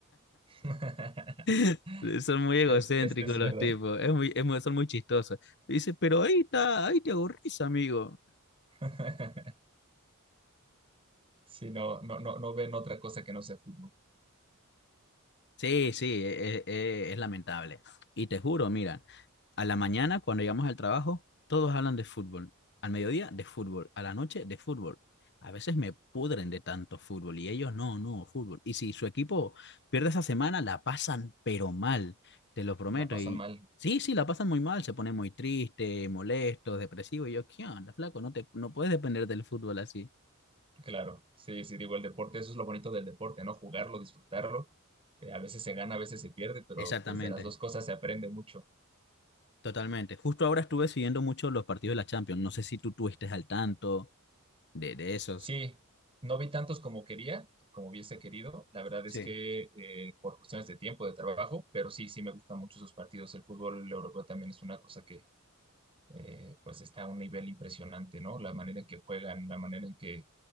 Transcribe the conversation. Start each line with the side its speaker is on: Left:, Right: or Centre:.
Right: <laughs>
Left: <laughs> Son muy egocéntricos
Right: Es, es, es
Left: los
Right: verdad.
Left: tipos, es muy, es muy- son muy chistosos. Y dice, pero ahí está, ahí te aburrís, amigo.
Right: <laughs> Sí, no, no, no, no ven otra cosa que no sea fútbol.
Left: Sí, sí, e- e- e- es, lamentable. Y te juro, mira, a la mañana cuando llegamos al trabajo, todos hablan de fútbol. Al mediodía, de fútbol. A la noche, de fútbol. A veces me pudren de tanto fútbol y ellos no, no, fútbol. Y si su equipo pierde esa semana, la pasan pero mal, te lo prometo.
Right: La pasan
Left: Y
Right: mal,
Left: sí, sí, la pasan muy mal, se ponen muy tristes, molestos, depresivos. Y yo, ¿qué onda, flaco? No te, no puedes depender del fútbol así.
Right: claro. Sí, sí, digo, el deporte, eso es lo bonito del deporte, ¿no? Jugarlo, disfrutarlo. Eh, a veces se gana, a veces se pierde, pero
Left: Exactamente.
Right: pues de las dos cosas se aprende mucho.
Left: Totalmente. Justo ahora estuve siguiendo mucho los partidos de la Champions. No sé si tú estuviste al tanto de, de esos.
Right: Sí, no vi tantos como quería, como hubiese querido. La verdad
Left: Sí.
Right: es que eh, por cuestiones de tiempo, de trabajo, pero sí, sí me gustan mucho esos partidos. El fútbol europeo también es una cosa que eh, pues está a un nivel impresionante, ¿no? La manera en que juegan, la manera en que,